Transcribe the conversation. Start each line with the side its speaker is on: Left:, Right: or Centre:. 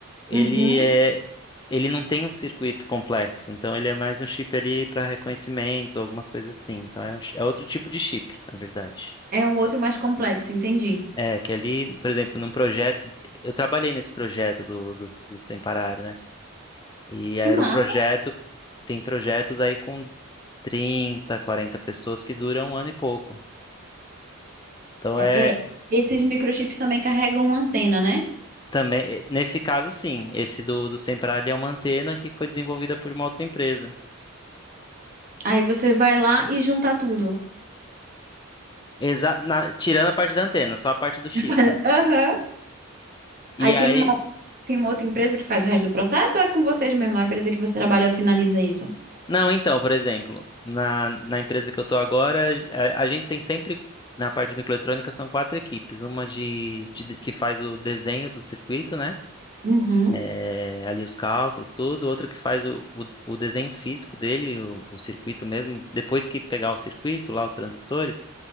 Left: ele
Right: Uhum,
Left: é. Ele não tem um circuito complexo. Então, ele é mais um chip ali para reconhecimento, algumas coisas assim. Então, é, um chi- é outro tipo de chip, na verdade.
Right: é um outro mais complexo, entendi.
Left: É, que ali, por exemplo, num projeto, eu trabalhei nesse projeto do, do, do Sem Parar, né? E
Right: Que
Left: era
Right: massa.
Left: um projeto, tem projetos aí com 30, 40 pessoas que duram um ano e pouco. Então
Right: É,
Left: é
Right: é, esses microchips também carregam uma antena, né?
Left: também, eh, nesse caso sim, esse do, do Sem Parar ele é uma antena que foi desenvolvida por uma outra empresa.
Right: Aí você vai lá e junta tudo.
Left: Exa na- tirando a parte da antena, só a parte do chip.
Right: <laughs> Aham. Aí
Left: E aí
Right: tem uma, tem uma outra empresa que faz o resto do processo ou é com vocês mesmo? É A empresa que você trabalha finaliza isso?
Left: Não, então, por exemplo, na, na empresa que eu estou agora, a, a gente tem sempre, na parte de microeletrônica, são quatro equipes. Uma de, de- que faz o desenho do circuito, né?
Right: Uhum.
Left: É, ali os cálculos, tudo. Outra que faz o, o, o desenho físico dele, o, o circuito mesmo. Depois que pegar o circuito, lá os transistores